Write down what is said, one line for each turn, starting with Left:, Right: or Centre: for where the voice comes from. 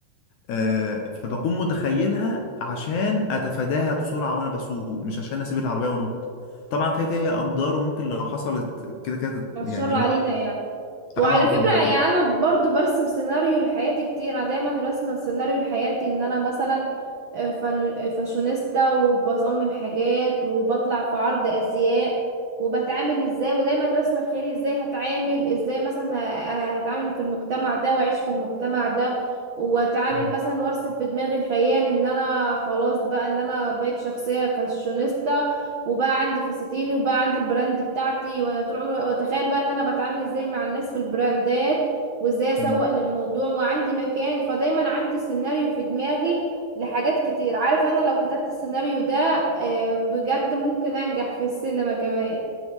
Left: آه، فبكون متخيلها عشان اتفاداها بسرعه وانا بسوق مش عشان اسيب العربيه وانط طبعا كده كده هي اقدار وممكن لو حصلت كده كده تت-
Right: الشر
Left: يعني
Right: علينا
Left: هو
Right: يعني وعلى
Left: اه
Right: فكرة
Left: فما
Right: يعني أنا برضو برسم سيناريو لحياتي كتير أنا دايما راسمة سيناريو لحياتي إن أنا مثلا آه، فن- آه، فاشونيستا وبصمم حاجات وبطلع في عرض أزياء وبتعامل ازاي ودايما راسمة في خيالي ازاي هتعامل ازاي مثلا ه- هتعامل في المجتمع ده وأعيش في المجتمع ده واتعامل
Left: مم.
Right: مثلا وارسم في دماغي خيال ان انا خلاص بقى ان انا بقيت شخصية فاشونيستا وبقى عندي فساتيني وبقى عندي البراند بتاعتي وانا طول عمري واتخيل بقى ان انا بتعامل ازاي مع الناس في البراندات وازاي اسوق
Left: مم.
Right: للموضوع وعندي مكان فدايما عندي سيناريو في دماغي لحاجات كتير عارف انا لو كتبت السيناريو ده آه، بجد ممكن انجح في السينما كمان